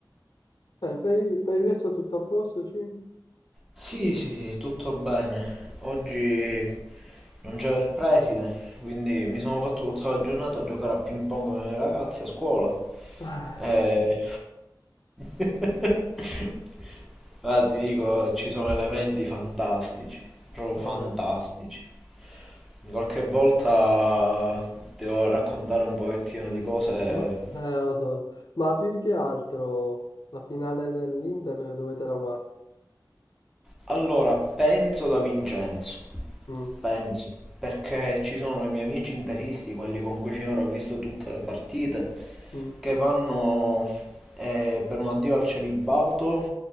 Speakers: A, on the left; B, in the centre.
A: Eh, per, il per il resto tutto a posto, sì?
B: Sì, sì, tutto bene. Oggi non c'era il preside, quindi mi sono fatto tutta la giornata a giocare a ping pong con i ragazzi a scuola.
A: <sighs>
B: E... <laughs> Ma ti dico, ci sono elementi fantastici, proprio
A: Ah,
B: fantastici.
A: Vabbè.
B: Qualche volta devo raccontare un pochettino di cose.
A: Ma, eh, lo so, lo so. Ma più di che altro la finale dell'Inter dove te la guardi?
B: Allora, penso da Vincenzo.
A: Mm,
B: Penso, perché ci sono i miei amici interisti, quelli con cui finora ho visto tutte le partite,
A: mm.
B: che vanno eh, per un addio al celibato,